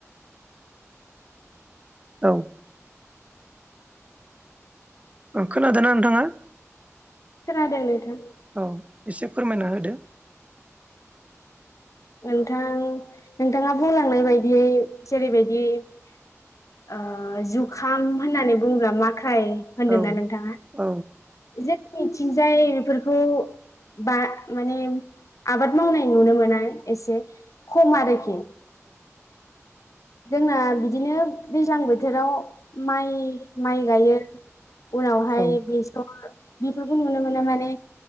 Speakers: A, on the right; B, on the left.
A: औ। खोनादोंना नोंथाङा?
B: खोनादों नोंथां।
A: औ एसे फोरमायना होदो।
B: नोंथां नोंथाङा बुंलांनाय बायदियै जेरैबायदि ओ जुखाम होननानै बुङोब्ला मा आखाय होनदोंना
A: औ
B: नोंथाङा।
A: औ
B: <unintelligible> थिंजाय बेफोरखौ बा माने आबाद मावनाय नुनो मोना। एसे खम आरोखि। जोंना बिदिनो दैज्लां बोथोराव माइ माइ गायो। उनावहाय
A: औ
B: बे बेफोरखौ नुनो मोना माने